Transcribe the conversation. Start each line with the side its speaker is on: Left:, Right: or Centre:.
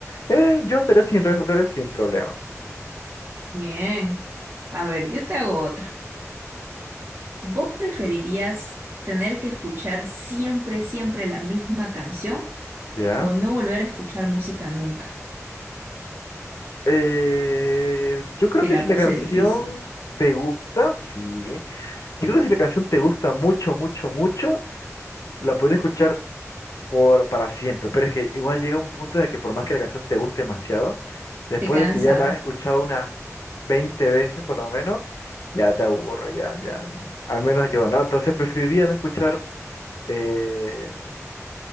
Left: eh, yo estaría sin redes sociales sin problema,
Right: Bien. A ver, yo te hago otra. ¿Vos preferirías tener que escuchar siempre, siempre la misma canción?
Left: ¿ya?
Right: o no volver a escuchar música nunca.
Left: Eh, yo creo
Right: Te
Left: que
Right: la
Left: si
Right: puse
Left: la canción
Right: difícil.
Left: te gusta, sí. Yo creo que si la canción te gusta mucho, mucho, mucho, la puedes escuchar por, para siempre. Pero es que igual llega un punto en el que por más que la canción te guste demasiado, después
Right: ¿Te cansa?
Left: de que ya la has escuchado unas 20 veces por lo menos, ya te aburre, ya, ya. Al menos yo, ¿no? Entonces preferiría no escuchar, eh,